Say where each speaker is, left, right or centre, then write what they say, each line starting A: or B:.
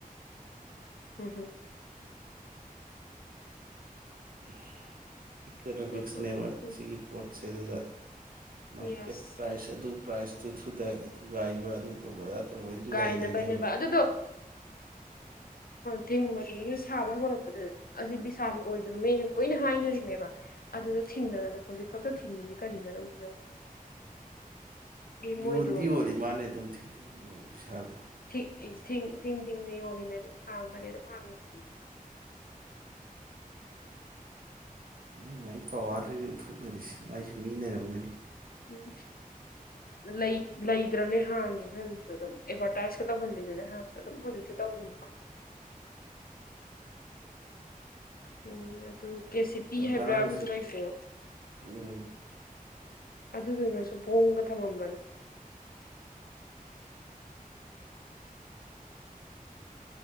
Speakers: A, on the left; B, on the right.
A: ꯍꯝ ꯍꯝ
B: <unintelligible> ꯏꯀꯣꯅꯣꯃꯤꯛꯁꯅꯦꯕ
A: ꯎꯝ
B: ꯁꯤꯒꯤ ꯄꯣꯠꯁꯦ ꯑꯗꯨꯗ ꯃꯥꯔꯀꯦꯠ
A: ꯌꯦꯁ
B: ꯄ꯭ꯔꯥꯏꯁ ꯑꯗꯨ ꯄ꯭ꯔꯥꯏꯖꯇꯨ ꯊꯨꯒꯥꯏꯕ ꯑꯗꯨ ꯇꯧꯕ ꯑꯗꯥ ꯇꯧꯕ
A: ꯒꯥꯏꯅꯕꯅꯦꯕ
B: ꯂꯩꯗꯣꯏꯅꯦꯕ
A: ꯑꯗꯨꯗꯣ ꯊꯤꯡ ꯃꯔꯤꯒꯤ ꯁꯥꯕ ꯍꯧꯔꯛꯄꯗ ꯑꯁꯤ ꯕꯤꯁꯥꯜ ꯑꯣꯏꯗꯔꯅꯦꯅ ꯂꯣꯏꯅ ꯍꯥꯏꯅꯔꯤꯃꯦꯕ ꯑꯗꯨꯗ ꯊꯤꯡꯅꯔꯅꯕ ꯍꯧꯖꯤꯛ ꯈꯛꯇ ꯊꯤꯡꯉꯁꯤ ꯀꯔꯤ ꯃꯔ ꯎꯗꯅ ꯃꯣꯏꯗꯣ
B: ꯌꯣꯟꯗꯤ ꯌꯣꯜꯂꯤ ꯃꯥꯅꯦ ꯑꯗꯨꯝ ꯕꯤꯁꯥꯜꯗꯣ
A: ꯊꯤꯡ ꯊꯤꯡ ꯊꯤꯡ ꯊꯤꯡꯅꯤ ꯌꯣꯜꯂꯤꯃꯦ ꯑꯗꯨꯝ ꯍꯥꯡꯕꯅꯤ ꯑꯗꯨꯝ ꯍꯥꯡꯉꯅꯤ
B: ꯃꯥꯏ ꯃꯥꯏ ꯄꯋꯥꯔ ꯎꯊꯣꯛꯅꯔꯤꯁꯦ ꯃꯥꯏꯁꯨ ꯃꯤꯅꯔꯝꯒꯅꯤ
A: ꯎꯝ ꯂꯩ ꯂꯩꯗ꯭ꯔꯅꯦ ꯍꯥꯡꯉ ꯑꯗꯨꯝ ꯑꯦꯚꯔꯇꯥꯏꯖ ꯈ ꯇꯧꯍꯜꯂꯤꯗꯦꯅꯦ ꯍꯥ ꯑꯗꯨꯝ ꯍꯧꯖꯤꯛꯁꯨ ꯇꯧꯔꯨ ꯎꯝ ꯑꯗꯨ ꯀꯦ ꯁꯤ ꯄꯤ
B: ꯉꯔꯥꯡꯁꯨ
A: ꯍꯥꯏꯕ꯭ꯔꯥ ꯑꯁꯨ ꯂꯩꯕꯣ
B: ꯎꯝ
A: ꯑꯗꯨꯗꯨꯅꯁꯨ ꯣꯡꯝꯒ ꯊꯝꯃꯝꯕꯅꯦ